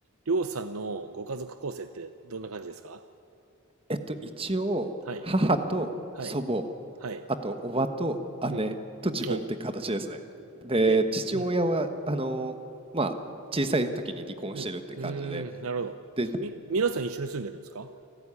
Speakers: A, on the right; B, on the right.
A: りょうさんのご家族構成ってどんな感じですか
B: えっと、一応、
A: はい、
B: 母と祖母、
A: はい、はい。
B: あと、叔母と姉と自分って形ですね。
A: うん。お、
B: で、
A: え、
B: 父親は、
A: うん、
B: あの、まあ、小さい時に離婚してるって感じで、
A: うん、うーん、なるほど。
B: で、
A: み、皆さん一緒に住んでるんですか